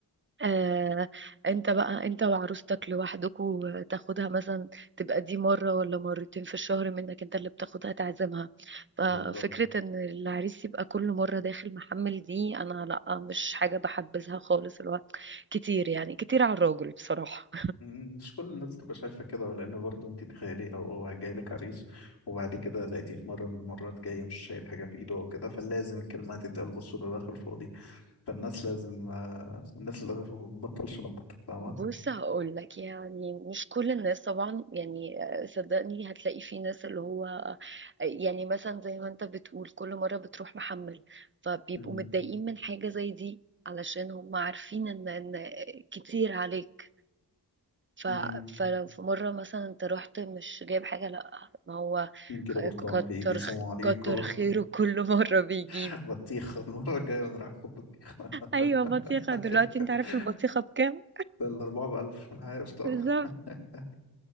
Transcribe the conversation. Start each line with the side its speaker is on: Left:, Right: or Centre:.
Right: آه انت بقى انت وعروستك لوحدكوا تاخدها مثلا تبقى دي مرة ولا مرتين في الشهر منك انت اللي بتاخدها تعزمها ففكرة
Left: بالظبط
Right: ان العريس يبقى كل مرة داخل محمل دي انا لا مش حاجة بحبذها خالص الوقت كتير يعني كتير على الراجل بصراحة
Left: مم. مش كل الناس تبقى شايفة كده لأن برضه أنت تخيلي لو هو جاي لك عريس وبعد كده لقيتيه في مرة من المرات جاي مش شايل حاجة في إيده أو كده فلازم الكلمة هتتقال بصوا ده داخل فاضي فالناس لازم آه، الناس لازم ما تبطلش نقد فاهمة؟
Right: بص هقول لك يعني مش كل الناس طبعا يعني آه، صدقني هتلاقي في ناس اللي هو آه، يعني مثلا زي ما انت بتقول كل مرة بتروح محمل فبيبقوا
Left: مم.
Right: متضايقين من حاجة زي دي علشان هم عارفين ان ان كتير عليك ف...
Left: مم.
Right: فلو في مرة مثلا انت رحت مش جايب حاجة لا ما هو
Left: 2 كيلو
Right: خ-
Left: برتقال
Right: كتر
Left: في إيدي سلام عليكم
Right: كتر خيره كل مرة بيجيب
Left: <laughs> بطيخة المرة الجاية أنا رايح آخد بطيخة
Right: ايوه بطيخه
Left: <laughs>
Right: دلوقتي انت عارف البطيخه بكام
Left: ده الأربعة بألف أنا عارف طبعا
Right: بالظبط
Left: <laughs>